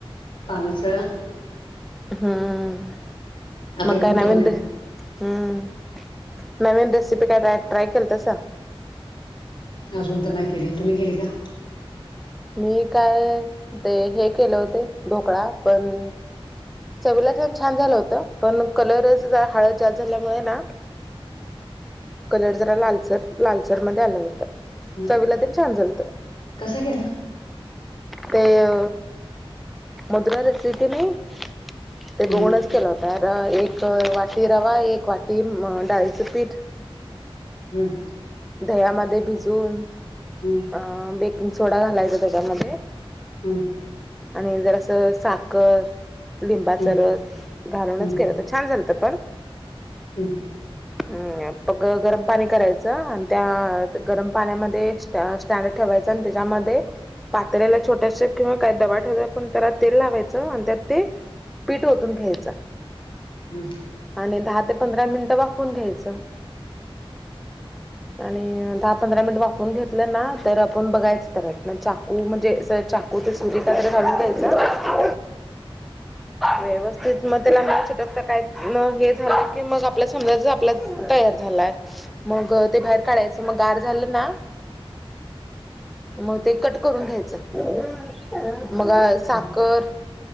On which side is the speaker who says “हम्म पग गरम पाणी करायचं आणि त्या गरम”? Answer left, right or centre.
Centre